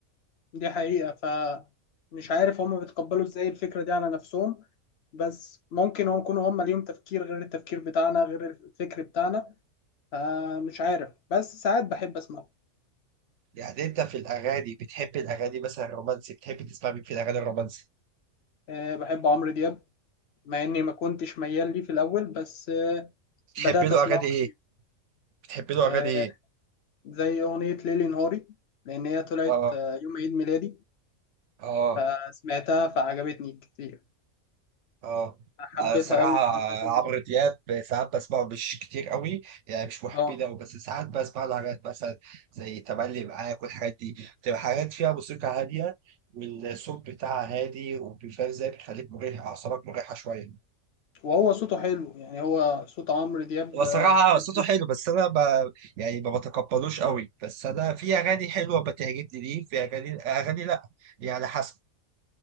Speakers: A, on the left; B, on the right.
A: دي حقيقة فمش عارف هم بيتقبلوا ازاي الفكرة دي على نفسهم بس ممكن هم يكونوا هم ليهم تفكير غير التفكير بتاعنا غير الفكر بتاعنا فمش عارف بس ساعات بحب اسمعه
B: يعني انت في الاغاني بتحب الاغاني مثلا الرومانسي بتحب تسمع مين في الاغاني الرومانسي
A: أه بحب عمرو دياب مع اني ما كنتش ميال ليه في الاول بس أه
B: تحبي
A: بدأت
B: له
A: اسمعه
B: اغاني ايه
A: كتير
B: بتحبي له
A: أه
B: اغاني ايه
A: زي اغنية ليلي نهاري لان هي طلعت
B: اه
A: آه، يوم عيد ميلادي
B: اه
A: فسمعتها فعجبتني كتير
B: اه
A: حبيتها
B: آه، صراحة
A: قوي سمعتها كذا
B: عمرو
A: مرة
B: دياب ساعات بسمعه مش كتير قوي يعني مش محبين
A: اه
B: قوي بس ساعات بسمع له حاجات مثلا زي تملي معاك والحاجات دي بتبقى حاجات فيها موسيقى هادية والصوت بتاعها هادي وبيفهم ازاي بيخليك مريح أعصابك مريحة شوية
A: وهو صوته حلو يعني هو صوت عمرو دياب
B: هو
A: آه،
B: صراحة
A: كويس
B: صوته
A: جدا
B: حلو بس أنا ب... يعني ما بتقبلوش قوي بس أنا في أغاني حلوة بتعجبني ليه في أغاني أغاني لأ يعني حسب